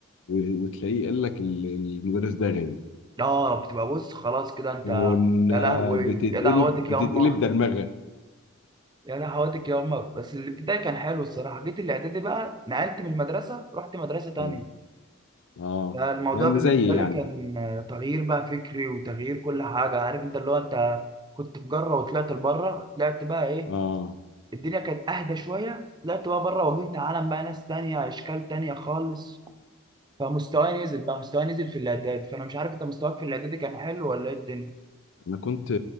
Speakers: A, on the left (about 60°); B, on the right (about 20°).
A: و- وتلاقيه قال لك ال- المدرس ده غايب
B: لا بتبقى بص خلاص كده انت
A: وان
B: يا لهوي
A: بتتقلب
B: يا دعواتك
A: بتتقلب
B: يا امه
A: درمغه
B: يعني حوادث الجوامع بس الابتدائي كان حلو الصراحه جيت الاعدادي بقى نقلت من المدرسه رحت مدرسه تانية
A: امم اه
B: فالموضوع
A: يعني
B: بالنسبه
A: زي
B: لي
A: يعني
B: كان آه، تغيير بقى فكري وتغيير كل حاجه عارف انت اللي هو انت كنت في جره وطلعت لبره طلعت بقى ايه
A: اه
B: الدنيا كانت اهدى شويه طلعت بقى بره واجهت عالم بقى ناس تانية اشكال تانية خالص فمستواي نزل بقى مستواي نزل في الاعداد فانا مش عارف انت مستواك في الاعدادي كان حلو ولا ايه الدنيا
A: انا كنت